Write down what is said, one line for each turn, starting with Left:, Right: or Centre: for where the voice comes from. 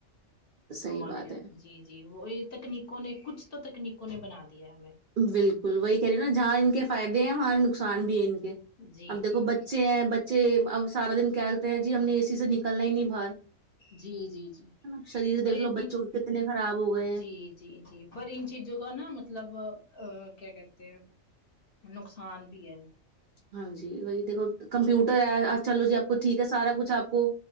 Right: صحیح
Left: ہمارے
Right: بات
Left: یہاں
Right: ہے
Left: جی جی وہ یہ تکنیکوں نے کچھ تو تکنیکوں نے بنا دیا ہے ہمیں
Right: بالکل وہی کہہ رہی ہ نا جہاں ان کے فائدے ہیں وہاں نقصان بھی ہے ان کے
Left: جی
Right: اب دیکھو
Left: جی
Right: بچے
Left: جی
Right: ہیں بچے اب سارا دن کیا کرتے ہیں جی ہم نے اے سی سے نکلنا ہی نہیں باہر
Left: جی جی جی
Right: ہے نا شریر
Left: اور
Right: دیکھ
Left: یہ
Right: لو بچوں کے کتنے خراب ہو گئے ہیں
Left: جی جی جی پر ان چیزوں کا نا مطلب کیا کہتے ہیں نقصان بھی ہے
Right: ہاں جی یہ دیکھو کمپیوٹر ہے چلو جی آپ کو ٹھیک ہے سارا کچھ آپ کو